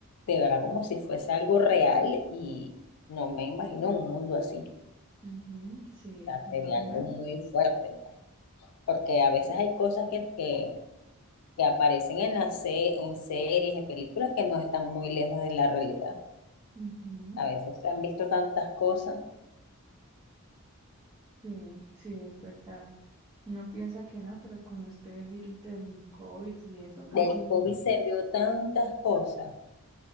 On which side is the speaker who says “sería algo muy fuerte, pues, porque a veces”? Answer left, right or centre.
Left